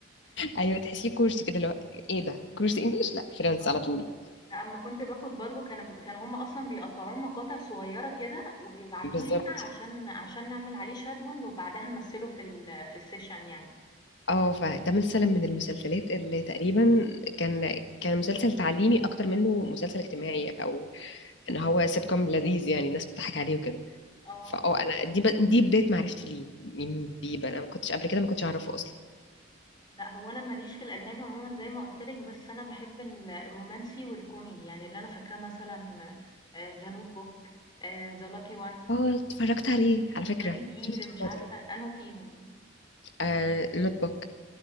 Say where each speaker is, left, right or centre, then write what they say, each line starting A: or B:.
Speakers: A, on the left (about 65°); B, on the left (about 25°).
A: ايوه تحسيه كورس كده اللي هو ايه ده كورس انجليش لا فريندز
B: آه،
A: على طول
B: لأ أمّا كنت باخد برضه كان كانوا هُم أصلًا بيقطّعوه مقاطع صغيّرة كده وبيبعتوه
A: بالظبط
B: لينا عشان عشان نعمل عليه shadowing وبعدها نمثّله في ال في الsession يعني،
A: اه فده مثلا من المسلسلات اللي تقريبا كان كان مسلسل تعليمي اكتر منه مسلسل اجتماعي او ان هو سيت كوم لذيذ يعني الناس بتضحك عليه وكده
B: آه.
A: فاه انا دي ب... دي بدايه معرفتي ليه مين بيب انا ما كنتش قبل كده ما كنتش اعرفه اصلا
B: لأ، هو أنا ماليش في الأجنبي عمومًا زي ما قُلت لِك، بس أنا باحب ال الرومانسي والكوميدي، يعني اللي أنا فاكراه مثلًا آآ The notebook آآ The lucky one
A: اه اتفرجت عليه على فكره
B: The leap year
A: شفته
B: مش
A: في فتره
B: عارفة أنهُ فيهم.
A: آه نوت بوك